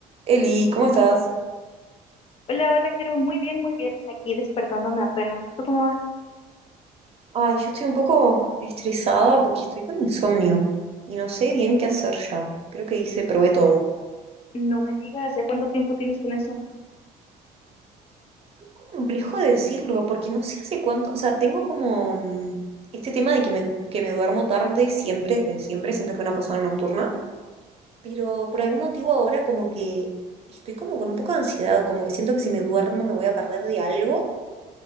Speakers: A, on the right; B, on the left.
A: Eli, ¿cómo estás?
B: Hola, hola, Caro. Muy bien, muy bien. Aquí despertándome apenas. ¿Tú cómo vas?
A: Ay, yo estoy un poco estresada porque estoy con insomnio y no sé bien qué hacer ya. Creo que hice, probé todo.
B: No me digas, ¿ya cuánto tiempo tienes con eso?
A: Es un poco complejo de decirlo porque no sé hace cuánto, o sea, tengo como mm, este tema de que me, que me duermo tarde siempre, desde siempre, siempre fui una persona nocturna, pero por algún motivo ahora como que estoy como con un poco de ansiedad, como que siento que si me duermo me voy a perder de algo